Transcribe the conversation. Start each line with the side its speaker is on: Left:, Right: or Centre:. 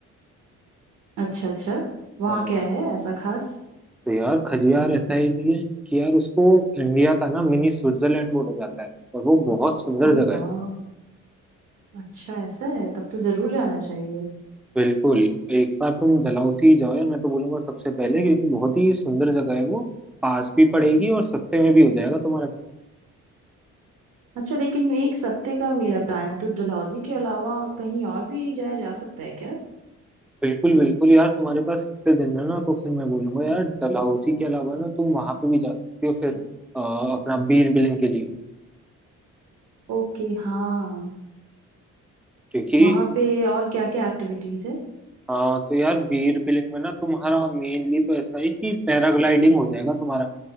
Right: अच्छा अच्छा वहाँ
Centre: से
Right: क्या है ऐसा खास
Centre: तो यार खजियार ऐसा ही नहीं है कि कि यार उसको इंडिया का ना मिनी स्विट्जरलैंड बोला जाता है और वो बहुत सुंदर
Right: ओ
Centre: जगह
Right: वाह
Centre: है
Right: अच्छा ऐसा है तब तो जरूर जाना चाहिए
Centre: बिल्कुल एक बार तुम डलहौजी जाओ यार मैं तो बोलूंगा सबसे पहले क्योंकि बहुत ही सुंदर जगह है वो पास भी पड़ेगी और सस्ते में भी हो जाएगा तुम्हारे पास
Right: अच्छा लेकिन एक सप्ते का मेरा प्लान है तो डलहौजी के अलावा कहीं और भी जाया जा सकता है क्या
Centre: बिल्कुल बिल्कुल यार तुम्हारे पास इतने दिन है ना तो फिर मैं बोलूंगा यार डलहौजी के अलावा ना तुम वहां पे भी जा सकते हो फिर अ, अपना बीर बिलिंग के लिए
Right: ओके हाँ
Centre: क्योंकि
Right: वहाँ पे और क्या क्या एक्टिविटीज है
Centre: अ, तो यार बीर बिलिंग में ना तुम्हारा मेनली तो ऐसा है कि पैराग्लाइडिंग हो जाएगा तुम्हारा